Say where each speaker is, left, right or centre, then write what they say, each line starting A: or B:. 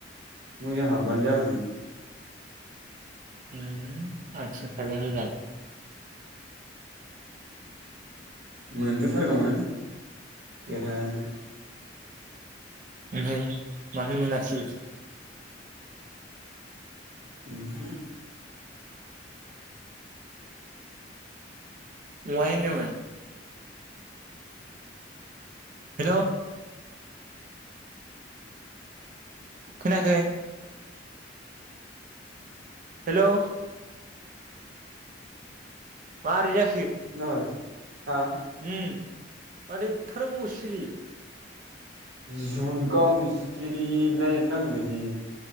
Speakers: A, on the right; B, on the right.
A: मोजां हाब्बानो जाबायमोन।
B: उम आतसा थायबें बेगर।
A: मोनबोथारगौमोन देरहायानो।
B: ओमफाय मानो मोनासै?
A: उमहु।
B: अहाय होन्दोमोन? हेलौ। खोनायाखै? हेलौ। मारै जा
A: नो। हा?
B: उम माथो इपफा गोबाव सिरि।
A: जुन गावनो सिरि नेट नाङिबादि।